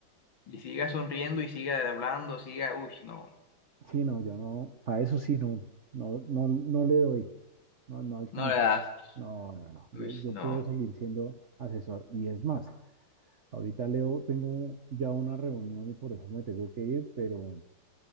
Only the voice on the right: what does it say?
Sí, no, yo no, para eso sí, no, no, no, no le doy, no, no alcanzo.
No, no, no, yo,
yo
puedo seguir siendo asesor. Y es más, ahorita Leo, tengo ya una reunión y por eso me tengo que ir, pero